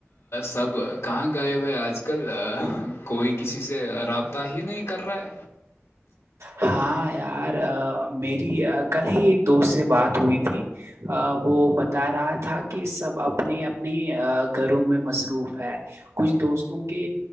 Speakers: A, on the left; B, on the right.
A: سب گائے بھائی آج کل کوئی کسی سے رابطہ ہی نہیں کر رہا ہے
B: ہاں یار میری کل ہی ایک دوست سے بات ہوئی تھی وہ بتا رہا تھا کہ سب اپب اپنی اپنی گھروں میں مصروف ہے کچھ دوستوں کے